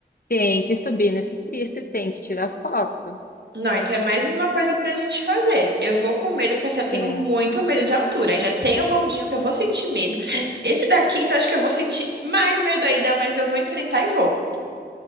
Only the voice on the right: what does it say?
Não, então é mais uma coisa pra gente fazer. Eu vou com medo, porque assim, eu tenho
muito medo de altura. Aí já tem o bondinho que eu vou sentir medo. Esse daqui, então acho que eu vou sentir mais medo ainda, mas eu vou enfrentar e vou.